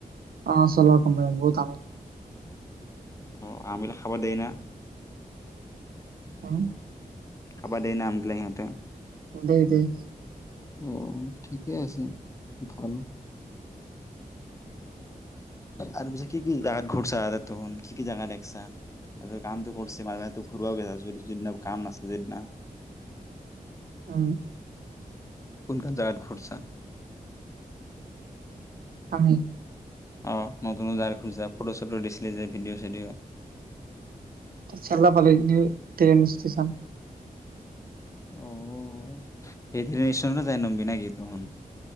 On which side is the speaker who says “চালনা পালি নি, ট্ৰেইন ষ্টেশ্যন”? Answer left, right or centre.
Right